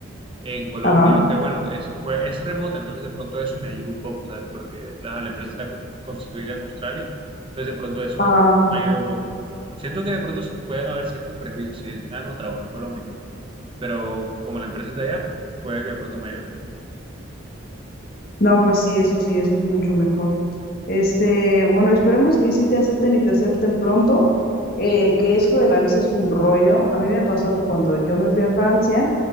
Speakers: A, on the right (about 25°); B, on the left (about 45°).
A: en Colombia,
B: Ajá.
A: aunque bueno, es, fue, es remota, entonces de pronto eso me ayuda un poco, ¿sabes? Porque la, la empresa está cu- constituida en Australia, entonces de pronto eso
B: Ah,
A: me ayuda un poco. Siento que de pronto s- pueden haber ciertos prejuicios si dicen, ah, no, trabajo en Colombia, pero como la empresa es de allá, puede que de pronto me vaya mejor.
B: No, pues sí, eso sí, eso es mucho mejor. Este, bueno, esperemos que sí te acepten y te acepten pronto, eh, que eso de la visa es un rollo. A mí me pasó que cuando yo me fui a Francia,